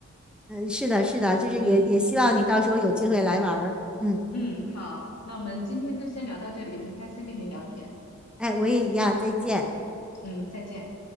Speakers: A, in the centre; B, on the left (about 60°).
A: 嗯，是的，是的，就是也也希望你到时候有机会来玩儿。
B: 嗯。
A: 嗯，
B: 嗯，好，那我们今天就先聊到这里，很开心跟你聊天。
A: 哎，我也一样，再见。
B: 嗯，再见。